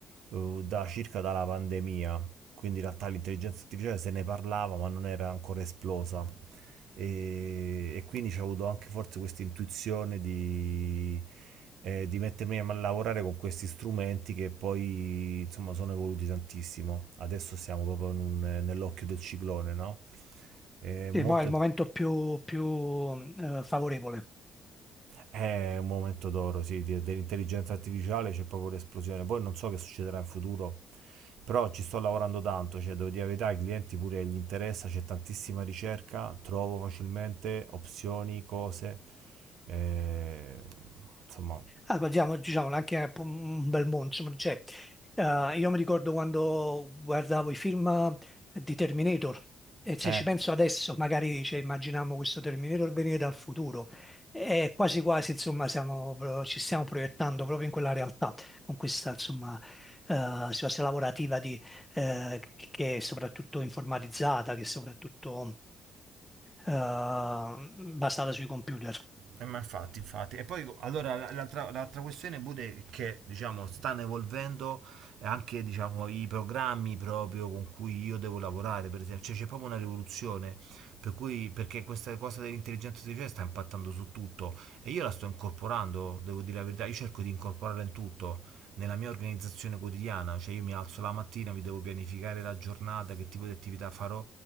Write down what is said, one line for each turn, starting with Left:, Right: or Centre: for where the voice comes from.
Right: eh, da circa dalla pandemia. Quindi in realtà l'intelligenza artificiale se ne parlava, ma non era ancora esplosa e, e quindi ho avuto anche forse questa intuizione di, eh, di mettermi a lavorare con questi strumenti che poi insomma sono evoluti tantissimo. Adesso siamo proprio in un- nell'occhio del ciclone, no? È molto
Centre: Sì, mo è il momento più, più, eh, favorevole.
Right: È un momento d'oro, sì, di- dell'intelligenza artificiale c'è proprio l'esplosione. Poi non so che succederà in futuro, però ci sto lavorando tanto, cioè devo dire la verità, ai clienti pure gli interessa, c'è tantissima ricerca, trovo facilmente opzioni, cose, eh, insomma,
Centre: Ah, parliamo, diciamolo, anche un po' un bel mondo, insomma, cioè, eh, io mi ricordo quando guardavo i film di Terminator e se
Right: eh.
Centre: ci penso adesso, magari cioè, immaginiamo questo Terminator venire dal futuro e quasi quasi, insomma, siamo pro- ci stiamo proiettando proprio in quella realtà, con questa, insomma, eh, situazione lavorativa di, eh, che che è soprattutto informatizzata, che è soprattutto eh, basata sui computer.
Right: Eh, ma infatti, infatti. E poi allora l'altra, l'altra questione pure è che diciamo stanno evolvendo anche diciamo, i programmi proprio con cui io devo lavorare, per esempio. Cioè c'è proprio una rivoluzione. Per cui, perché questa cosa dell'intelligenza artificiale sta impattando su tutto e io la sto incorporando, devo dire la verità, io cerco di incorporarla in tutto nella mia organizzazione quotidiana, cioè io mi alzo la mattina, mi devo pianificare la giornata, che tipo di attività farò